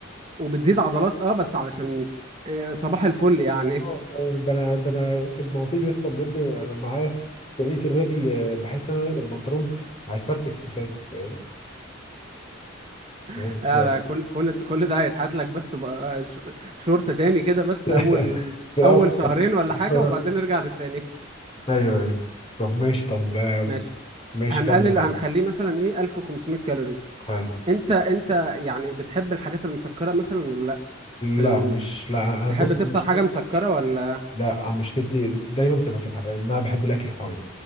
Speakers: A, on the right; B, on the left.
A: وبتزيد عضلات اه بس علشان
B: <laughs>
A: آه، صباح الفل يعني
B: اه ده انا ده انا المواطير يا اسطى بجد معايا في تنمية الرجل آه، بحس ان انا البنطلون هيفرتك في خدي فاهم
A: <laughs>
B: بس
A: آه،
B: ف-
A: لا، كل كل كل ده هيتحط لك بس بقى آه، ش- شورت تاني كده بس
B: <laughs>
A: اول
B: في الاول
A: اول شهرين ولا حاجة وبعدين نرجع للتاني
B: ايوه ايوه طب ماشي طب آه،
A: ماشي
B: ماشي
A: هنقلل
B: كمل بقى
A: هنخليه مثلا ايه 1500 كالوري
B: حلو
A: انت انت يعني بتحب الحاجات المسكرة مثلا في
B: لا
A: ال...
B: مش لا
A: تحب
B: أنا- بص
A: تفطر
B: أنا مشكلتي
A: حاجة مسكرة ولا
B: لا أنا مشكلتي دايما بتبقى في الح... ان انا بحب الاكل الحوادق